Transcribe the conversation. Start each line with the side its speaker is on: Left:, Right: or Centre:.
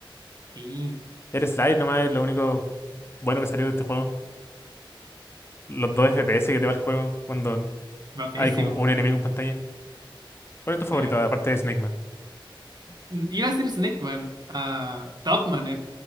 Right: Sí,
Left: El slide nomás es lo único bueno que salió de este juego. Los dos FPS que te va el juego cuando
Right: va pésimo.
Left: hay como un enemigo
Right: sí.
Left: en pantalla. ¿Cuál es tu favorito,
Right: Eh,
Left: aparte de Snake Man?
Right: mm, iba a decir Snake Man. ah, Top Man es